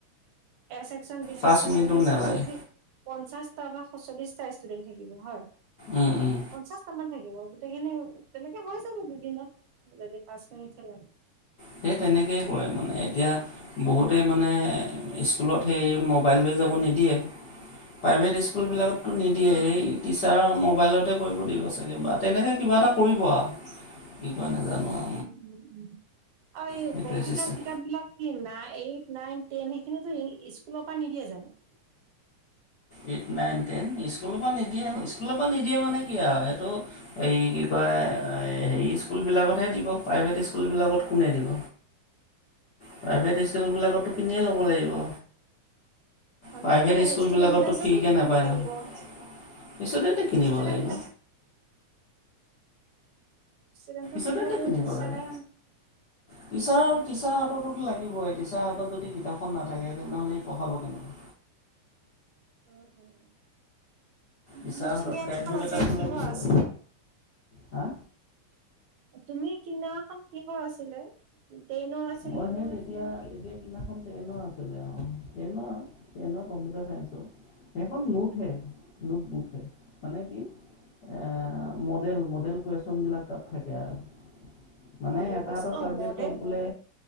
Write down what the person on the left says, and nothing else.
পাঁচ
মিনিটো
নালাগে
উম উম
সেই তেনেকেই কৰে মানে,
এতিয়া বহুতে মানে স্কুলত সেই মোবাইল লৈ যাব নিদিয়ে। প্ৰাইভেট স্কুলবিলাকততো নিদিয়ে,
সেই টিচাৰৰ মোবাইলতে কৰিব দিব চাগে। বা তেনেকৈ কিবা এটা কৰিব আৰু কি কৰে নাজানো আৰু।
সেইটোৱে
ছিষ্টেম
এইট নাইন টেন স্কুলৰ পৰা নিদিয়ে,
স্কুলৰ পৰা নিদিয়ে মানে কি আৰু সেইটো এ কি কয় হেৰি স্কুলবিলাকতহে দিব, প্ৰাইভেট স্কুলবিলাকত কোনে দিব। প্ৰাইভেট স্কুলবিলাকতো
কিনিয়ে ল'ব লাগিব।
প্ৰাইভেট
স্কুলবিলাকতো
ফ্ৰীকৈ
নাপায়
নহয় ষ্টুডেণ্টে কিনিব
লাগিব
ষ্টুডেণ্টে
লাগে
টিচাৰ, টিচাৰ হাততোতো লাগিবই। টিচাৰৰ হাতত যদি কিতাপখন নাথাকে তেনেহ'লে সি পঢ়াব কেনেকে?
ইচ্ছা হাতত গাইড বুক এটাতো
লাগিবই
হা
মই সেই এতিয়া তেতিয়া কিনাখন টেনৰ আছিলে অ, টেনৰ, টেনৰ কম্পিউটাৰ চাইঞ্চৰ। সেইখন নোটহে, নোট বুকহে মানে কি এ, মডেল, মডেল কোৱেইছন বিলাক তাত থাকে আৰু মানে
এটা,
এটা
চাবজেক্টত
বোলে